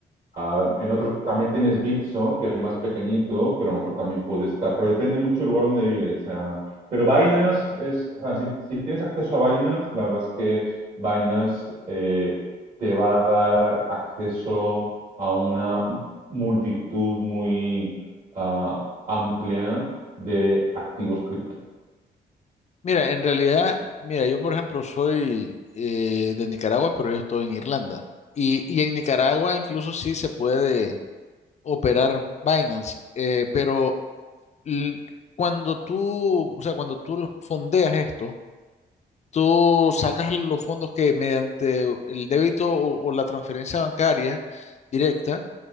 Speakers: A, on the right; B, on the left.
A: Ah, en otros también tienes Bitso, que es más pequeñito, pero a lo mejor también puede estar, pero depende mucho del lugar donde vives. o sea, pero Binance es, o sea, si, si tienes acceso a Binance, la verdad es que Binance eh, te va a dar acceso a una multitud muy ah, amplia de activos cripto.
B: Mira, en realidad, mira, yo por ejemplo soy eh, de Nicaragua, pero yo estoy en Irlanda. Y, y en Nicaragua incluso sí se puede operar Binance, eh, pero l- cuando tú, o sea, cuando tú lo fondeas esto, tú sacas los fondos que mediante el débito o, o la transferencia bancaria directa,